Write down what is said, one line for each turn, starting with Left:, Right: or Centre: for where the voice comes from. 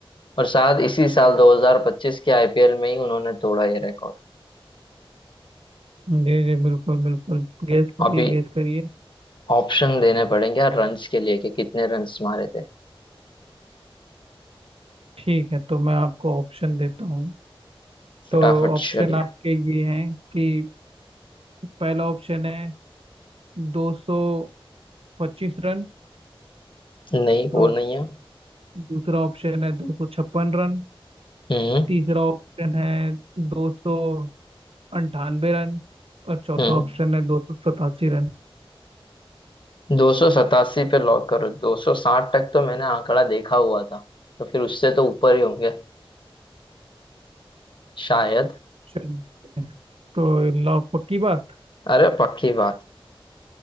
Left: और शायद इसी साल 2025 के आईपीएल में ही उन्होंने तोड़ा ये रिकॉर्ड
Right: जी जी बिल्कुल बिल्कुल गेस करिए
Left: अभी
Right: गेस करिए
Left: ऑप्शन देने पड़ेंगे यार रन्स के लिए कि कितने रन्स मारे थे
Right: ठीक है तो मैं आपको ऑप्शन देता हूँ
Left: फटाफट
Right: तो ऑप्शन
Left: चलिए
Right: आपके ये हैं कि पहला ऑप्शन है दो सौ पच्चीस रन
Left: नहीं वो
Right: और
Left: नहीं है
Right: दूसरा ऑप्शन है दो सौ छप्पन रन
Left: हम्म
Right: तीसरा ऑप्शन है दो सौ अंठानवे रन और चौथा
Left: हम्म
Right: ऑप्शन है दो सौ सतासी रन
Left: दो सौ सतासी पे लॉक करो दो सौ साठ तक तो मैंने आंकड़ा देखा हुआ था तो फिर उससे तो ऊपर ही होंगे शायद
Right: चलिए तो लॉक पक्की बात
Left: अरे पक्की बात